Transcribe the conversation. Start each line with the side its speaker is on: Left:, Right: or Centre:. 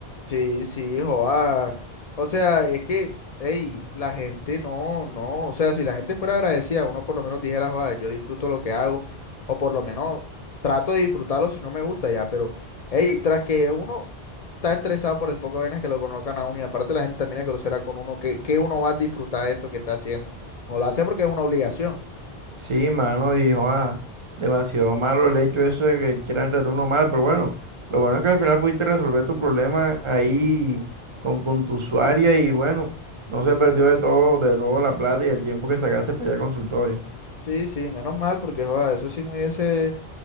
Left: Sí, sí, joa. O sea, es que, hey, la gente no, no. O sea, si la gente fuera agradecida, uno por lo menos dijera, joa, yo disfruto lo que hago, o por lo menos trato de disfrutarlo si no me gusta ya. Pero, hey, tras que uno está estresado por el poco de vainas que lo colocan a uno, y aparte la gente también es grosera con uno, que, que uno va a disfrutar de esto que está haciendo. Uno lo hace porque es una obligación.
Right: Sí, mano, y joda, demasiado malo el hecho eso de que quieran tratar mal, pero bueno, lo bueno es que al final pudiste resolver tu problema ahí con, con tu usuaria y bueno, no se perdió de todo, de toda la plata y el tiempo que sacaste para ir al consultorio.
Left: Sí, sí, menos mal, porque, joa, eso sí me hubiese.